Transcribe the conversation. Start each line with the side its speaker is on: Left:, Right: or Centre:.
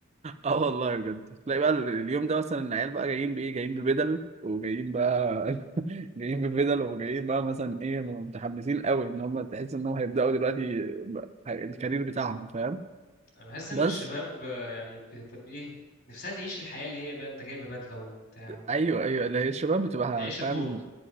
Right: اه والله بجد تلاقي بقى ال- اليوم ده مثلا العيال بقى جايين بايه جايين ببدل وجايين بقى <laughs> جايين ببدل وجايين بقى مثلا ايه متحمسين قوي ان هم تحس انهم هيبداوا دلوقتي بقى الكارير بتاعهم فاهم
Left: انا بحس ان
Right: بس
Left: الشباب آه، يعني بتبقى ايه نفسها تعيش الحياه اللي هي بقى انت جايبه بدله وبتاع و...
Right: ايوه ايوه اللي هي الشباب بتبقى
Left: تعيش الدور
Right: فاهم